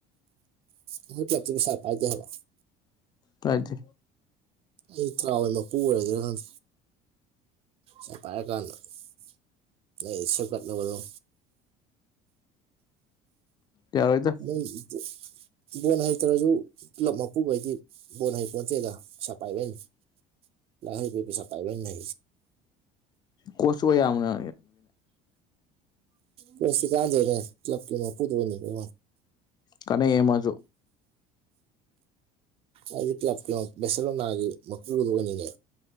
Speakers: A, on the right; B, on the left.
A: ꯎꯝ ꯍ ꯂꯇꯃꯤ ꯁꯔ ꯄꯥꯏꯗꯦ ꯍꯕ <unintelligible>
B: ꯇꯗꯤ
A: ꯑꯩ ꯇꯔꯥ ꯍꯋꯥꯏ ꯃꯄꯨ ꯑꯣꯏꯔꯗꯔꯥ ꯍꯪ ꯆ ꯄ ꯀꯥꯟꯁꯅꯣ
B: ꯌꯥꯌꯥꯔ ꯑꯣꯏꯗ
A: ꯎ ꯕꯣꯣꯟ ꯍꯩꯇ꯭ꯔꯁꯨ ꯄꯨꯂꯞ ꯃꯄꯨꯈꯩꯗꯤ ꯕꯣꯜ ꯍꯩꯄꯣꯟꯇꯦꯗ ꯄꯩꯁꯥ ꯄꯥꯏꯕꯩꯅꯤ ꯂꯥꯛ ꯍꯕꯤ ꯄꯩꯁꯥ ꯄꯥꯏꯕꯅꯦ
B: ꯀꯁꯨ ꯀꯣ ꯌꯥ ꯑꯅ
A: ꯄꯁ ꯀꯥꯖ ꯂꯞꯀꯤꯄꯨꯗꯅꯤ ꯀ
B: ꯀꯅꯤ ꯑꯦꯃꯁꯨ
A: ꯑꯩꯗꯤ ꯀ꯭ꯂꯕꯀꯤ ꯕꯦꯁꯂꯣꯅꯥꯒꯤ ꯃꯨꯗ ꯑꯣꯏꯅꯤꯅꯦ